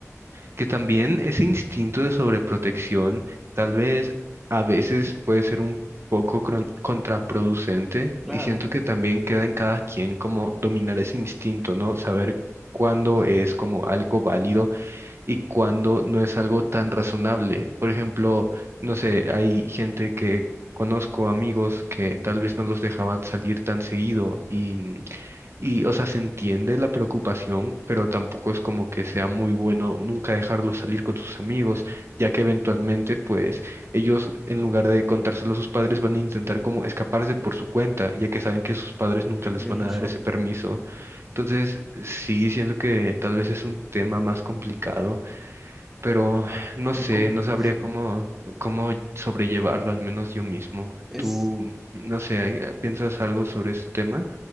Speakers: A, on the right; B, in the centre.
A: que también ese instinto de sobreprotección tal vez a veces puede ser un poco cron- contraproducente
B: Claro,
A: y siento que también queda en cada quien como dominar ese instinto, ¿no? Saber cuándo es como algo válido y cuando no es algo tan razonable. Por ejemplo, no sé, hay gente que conozco, amigos, que tal vez no los dejaban salir tan seguido y, mm, y, o sea, se entiende la preocupación, pero tampoco es como que sea muy bueno nunca dejarlos salir con sus amigos, ya que eventualmente, pues, ellos, en lugar de contárselo a sus padres, van a intentar como escaparse por su cuenta, ya que saben que sus padres nunca les
B: tienes
A: van
B: razón.
A: a dar ese permiso. Entonces, sí, siento que tal vez es un tema más complicado pero no
B: Es
A: sé,
B: complejísimo.
A: no sabría cómo, cómo sobrellevarlo, al menos yo mismo.
B: Es
A: ¿Tú, no sé, ¿hay- ¿piensas algo sobre este tema?